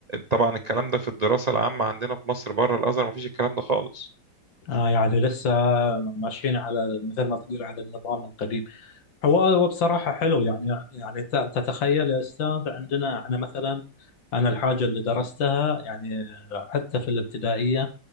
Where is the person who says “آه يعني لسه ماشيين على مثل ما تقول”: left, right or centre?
Left